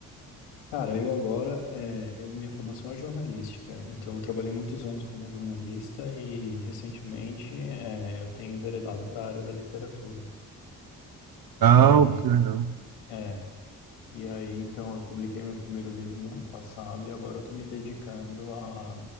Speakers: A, on the left; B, on the right.
A: Cara, eu agora, eh, eu- minha formação é jornalística, então eu trabalhei muitos anos como jornalista e recentemente eh, eu tenho enveredado para a área da literatura.
B: Ah,
A: E,
B: que legal.
A: é, e aí, então, eu publiquei meu primeiro livro no ano passado e agora eu estou me dedicando a,